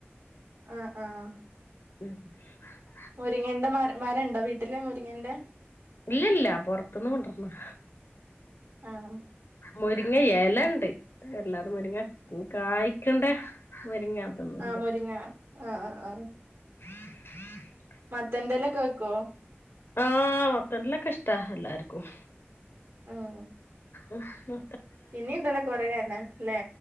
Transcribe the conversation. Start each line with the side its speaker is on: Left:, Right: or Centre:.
Right: ആഹ് ആഹ്
Left: <inaudible>
Right: മുരിങ്ങൻന്റെ മരമരണ്ടോ വീട്ടിലെ മുരിങ്ങന്റെ
Left: ഇല്ലല്ല പുൊറത്തുന്ന് കൊണ്ടിർണം
Right: ആഹ്
Left: മുരിങ്ങ എലണ്ട് എല്ലാ തെ മുരിങ്ങ കായ്ക്കണ്ട മുരിങ്ങ അതൊന്നുല്ല
Right: ആ മൊരിങ്ങ ആഹ ആഹ ആഹ
Left: <inaudible>
Right: മത്തൻ്റെ ല ക്കെ വെക്കോ
Left: ആഹ മത്തൻ്റെലക്കെഷ്ട്ടഎല്ലാർക്കും
Right: ആഹ
Left: ഉ് ഉ
Right: പിന്നീ ണ്ടല്ലാ കുറ എലലെ